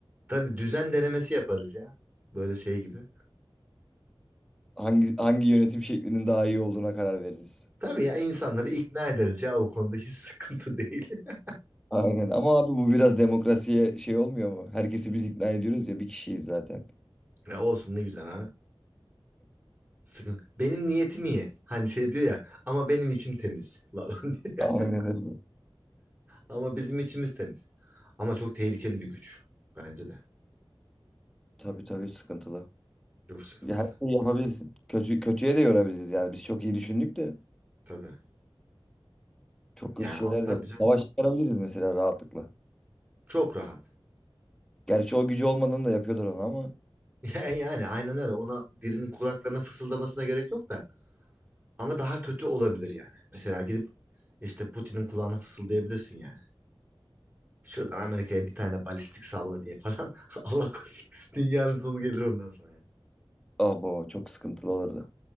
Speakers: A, on the right; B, in the centre.
A: Tabii düzen denemesi yaparız ya. Böyle şey gibi.
B: Hangi, hangi yönetim şeklinin daha iyi olduğuna karar veririz.
A: Tabii ya insanları ikna ederiz ya o konuda hiç sıkıntı değil. <laughs>
B: Aynen ama abi bu biraz demokrasiye şey olmuyor mu? Herkesi biz ikna ediyoruz ya bir kişiyiz zaten.
A: Ya olsun ne güzel abi. Sıkıntı. Benim niyetim iyi. Hani şey diyor ya ama benim içim temiz <laughs> falan diyor ya.
B: Aynen öyle.
A: Ama bizim içimiz temiz. Ama çok tehlikeli bir güç. Bence de.
B: Tabii tabii sıkıntılı.
A: Çok sıkıntılı.
B: Ya Her şeyi yapabilirsin. Kötü, kötüye de yorabiliriz yani. Biz çok iyi düşündük de
A: Tabii.
B: çok kötü
A: Yani
B: şeyler
A: tabii
B: de yap-
A: canım.
B: Savaş çıkarabiliriz mesela rahatlıkla.
A: Çok rahat.
B: Gerçi o gücü olmadan da yapıyorlar onu ama
A: <laughs> Yani, yani aynen öyle. Ona birinin kulaklarına fısıldamasına gerek yok da. Ama daha kötü olabilir yani. Mesela gidip işte Putin'in kulağına fısıldayabilirsin yani. Şuradan Amerika'ya bir tane balistik salla diye falan. <laughs> Allah korusun. Dünyanın sonu gelir ondan sonra. Yani.
B: abo çok sıkıntılı olurdu.